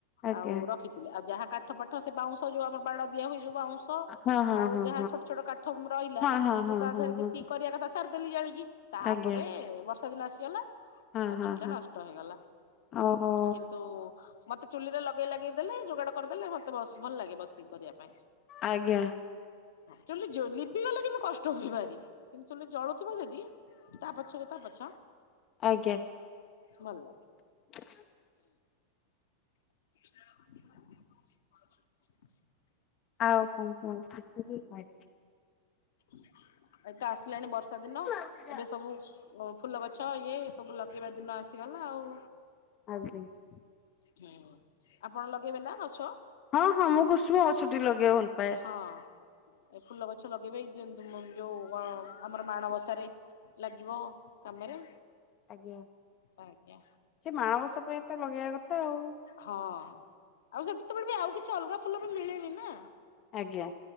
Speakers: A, on the left; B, on the left.
A: ଆଜ୍ଞା
B: ଆଉ ରଖିଥିଲି ଆଉ ଯାହା କାଠ ଫାଟ ସେ ବାଉ ସ ଆମର ବାଡ଼ ଦିଆହୁଏ ବାଉଁଶ
A: ହଁ ହଁ ହଁ
B: ଯାହା ଛୋଟ ଛୋଟ କାଠ ରହିଲା
A: ହଁ ହଁ
B: ମୁଁ
A: ହଁ
B: ତା
A: ହଁ ହଁ
B: ଦେରେ
A: ହଁ
B: ଯେତିକି କରିବା କଥା ଚୁଲି ଜାଳିକି? ତାପରେ
A: ଆଜ୍ଞା
B: ବର୍ଷ <inaudible> ଆସିଗଲା
A: ହଁ
B: ଆ
A: ହଁ
B: ଚୁଲିଟା
A: ହଁ
B: ନଷ୍ଟ ହେଇଗଲା
A: ଓହୋ
B: କିନ୍ତୁ ମତେ ଚୁଲିରେ ଲଗେଇ ଲଗେଇ ଦେଲେ ଯୋଗାଡ଼ କରିଦେଲେ ମତେ ବସ ଭଲ ଲାଗେ ବସିକି କରିବା ପାଇଁ।
A: ଆଜ୍ଞା
B: ଚୁଲି ଲିଭି ଗଲେ କଷ୍ଟ ହୁଏ ଭାରି। <inaudible> ଜଳୁ ଥିବ ଯଦି ତା ପଛ ତା ପଛ
A: ଆଜ୍ଞା
B: ଭଲ
A: <inaudible>
B: <inaudible> <inaudible>
A: ଆଉ <inaudible>
B: <inaudible> ଏତ ଆସିଲାଣି ବର୍ଷା ଦିନ
A: ଆଜ୍ଞା
B: ଏବେ ସବୁ ଉ ଫୁଲ ଗଛ ଇଏ ସବୁ ଲଗେଇବା ଦିନ ଆସିଗଲା ଆଉ।
A: ଆ <unintelligible>
B: ହୁଁ ଆପଣ ଲଗେଇବେ ନା ଗଛ?
A: ହଁ ହଁ ମୁଁ କୁଷ୍ମ ଗଛଟି ଲଗେଇବା ଭଲ ପାଏ।
B: ହଁ ଏ ଫୁଲ ଗଛ ଲ କେବେ <unintelligible> ଯୋଉ ଅ ଆମର ମାଣବସାରେ ଲାଗିବ କାମରେ।
A: ଆଜ୍ଞା
B: ଆଜ୍ଞା
A: ସେ ମାଣବସ ପାଇଁ ତ ଲଗେଇବା କଥା ଆଉ।
B: ହଁ ଆଉ ସେତେବେଳେ ବି ଆଉ କିଛି ଅଲଗା ଫୁଲ ବି ମିଳେନି ନା।
A: ଆଜ୍ଞା।